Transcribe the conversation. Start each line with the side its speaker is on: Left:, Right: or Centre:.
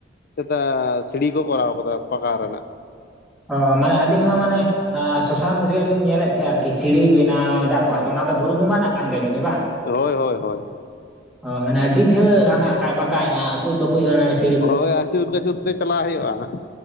Left: ᱪᱮᱛᱟ ᱥᱤᱲᱤ ᱠᱚ ᱠᱚᱨᱟᱣ ᱟᱠᱟᱫᱟ ᱯᱟᱠᱟ ᱨᱮᱱᱟᱜ
Centre: ᱚ ᱢᱟᱱᱮ ᱟᱞᱤᱧ ᱦᱚᱸ ᱢᱟᱱᱮ ᱥᱳᱥᱟᱞ ᱢᱤᱰᱤᱭᱟ ᱨᱮᱞᱤᱧ ᱧᱮᱞᱮᱫ ᱛᱟᱦᱮᱸᱱᱟ ᱟᱨᱠᱤ ᱥᱤᱲᱤ ᱵᱮᱱᱟᱣ ᱮᱫᱟ ᱠᱚ ᱟᱨᱠᱤ ᱚᱱᱟ ᱫᱚ ᱵᱩᱨᱩ ᱵᱚᱸᱜᱟᱜ ᱨᱮᱱᱟᱜ ᱠᱟᱱ ᱜᱮᱭᱟ ᱡᱟᱹᱱᱤᱡ ᱵᱟᱝ
Left: ᱦᱳᱭ ᱦᱳᱭ ᱦᱳᱭ
Centre: ᱚ ᱢᱟᱱᱮ ᱟᱹᱰᱤ ᱡᱷᱟᱹᱞ ᱦᱟᱱᱟ ᱟᱠᱟᱡᱼᱵᱟᱠᱟᱡ ᱟᱠᱩᱡ ᱵᱟᱠᱩᱡᱼᱟ ᱤᱥ
Left: ᱦᱳᱭ ᱟᱹᱪᱩᱨ ᱠᱟᱹᱪᱩᱨ ᱛᱮ ᱪᱟᱞᱞᱟᱟᱜ ᱦᱩᱭᱩᱜᱼᱟ ᱦᱟᱸᱜ